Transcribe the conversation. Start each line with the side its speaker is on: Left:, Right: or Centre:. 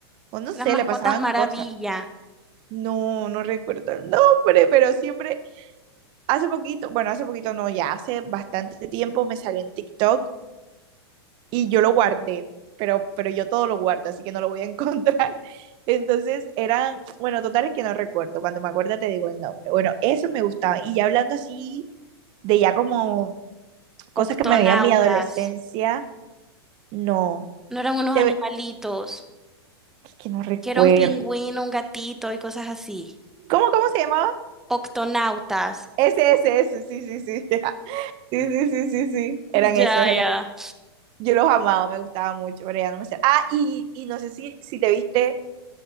Right: o no sé,
Centre: las mascotas
Right: le pasaban
Centre: maravilla,
Right: cosas. No, no recuerdo el nombre, pero siempre, hace poquito, bueno, hace poquito no, ya hace bastante tiempo me salió en TikTok y yo lo guardé, pero, pero yo todo lo guardo, así que no lo voy a <laughs> encontrar. Entonces eran, bueno, totales que no recuerdo, cuando me acuerdo te digo el nombre. Bueno, eso me gustaba. Y ya hablando así de ya como cosas
Centre: Octonautas.
Right: que me veían mi adolescencia, no,
Centre: No eran unos
Right: Debe...
Centre: animalitos,
Right: es que no recuerdo.
Centre: que era un pingüino, un gatito y cosas así.
Right: ¿Cómo, cómo se llamaba?
Centre: Octonautas.
Right: Ese, ese, ese, sí, sí, sí. <laughs> Sí, sí, sí, sí, sí. Eran
Centre: Ya,
Right: esos, eran.
Centre: ya.
Right: Yo los amaba, me gustaba mucho, pero ya no me sé. Ah, y, y no sé si, si te viste